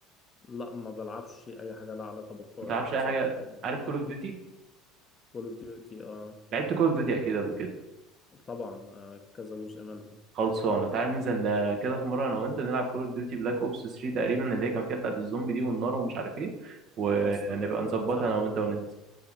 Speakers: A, on the left; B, on the right.
A: لا ما بلعبش اي حاجه لها علاقه بالكوره
B: ما تلعبش
A: للاسف
B: اي حاجه
A: يعني
B: عارف كول اوف ديوتي
A: كول اوف ديوتي اه
B: لعبت كول اوف ديوتي اكيد قبل كده
A: طبعا آه كذا جزء منها
B: خلصانه تعال ننزل آه، كده في مره انا وانت نلعب كول اوف ديوتي بلاك اوبس 3 تقريبا اللي هي كان فيها بتاعه الزومبي دي والنار ومش عارف ايه ونبقى
A: خلاص تمام
B: نظبطها
A: اتفقنا
B: انا وانت وننزل